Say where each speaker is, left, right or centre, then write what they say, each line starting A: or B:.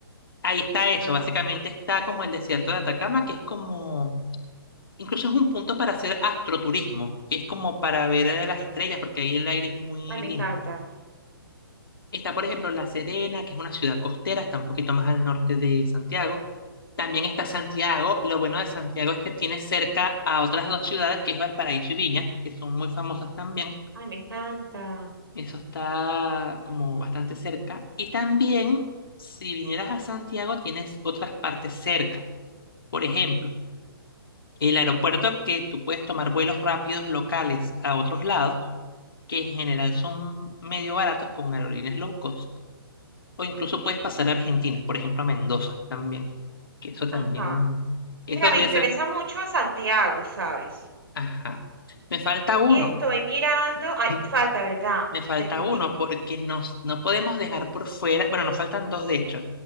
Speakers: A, on the left (about 65°); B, on the right (about 70°).
A: Ahí está eso,
B: Ajá.
A: básicamente está como el desierto de Atacama, que es como... Incluso es un punto para hacer astroturismo, que es como para ver eh, las estrellas, porque ahí el aire es muy
B: Ay, me
A: limpio.
B: encanta.
A: Está, por ejemplo, La Serena, que es una ciudad costera, está un poquito más al norte de Santiago. También está Santiago. Lo bueno de Santiago es que tiene cerca a otras dos ciudades, que es Valparaíso y Viña, que son muy famosas también.
B: Ay, me encanta.
A: Eso está como bastante cerca. Y también, si vinieras a Santiago, tienes otras partes cerca. Por ejemplo, el aeropuerto que tú puedes tomar vuelos rápidos locales a otros lados, que en general son medio baratos con aerolíneas low cost. O incluso puedes pasar a Argentina, por ejemplo, a Mendoza también. Que eso también.
B: Ajá. Mira,
A: Eso
B: me
A: de
B: interesa
A: esa.
B: mucho Santiago, ¿sabes?
A: Ajá. Me falta uno.
B: Y estoy mirando. Ay,
A: <laughs>
B: falta, ¿verdad?
A: Me falta
B: Te escucho.
A: uno porque nos, no podemos dejar por fuera. Bueno, nos faltan dos de hecho.